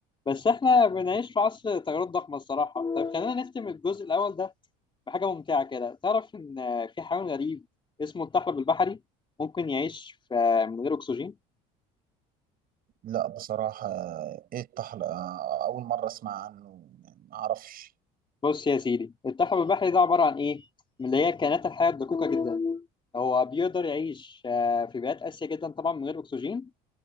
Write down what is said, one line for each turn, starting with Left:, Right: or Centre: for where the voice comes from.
Left: بس احنا بنعيش في عصر تغيرات ضخمه الصراحه طيب خلينا نختم الجزء الاول ده بحاجة ممتعة كده تعرف إن في حيوان غريب اسمه الطحلب البحري ممكن يعيش في من غير أكسجين
Right: لا بصراحه ايه الطحلقه اول مره اسمع عنه يعني ما اعرفش
Left: بص يا سيدي الطحلب البحري ده عبارة عن إيه من اللي هي كائنات الحياة الدقيقة جدا هو بيقدر يعيش آه، في بيئات قاسية جدا طبعا من غير أكسجين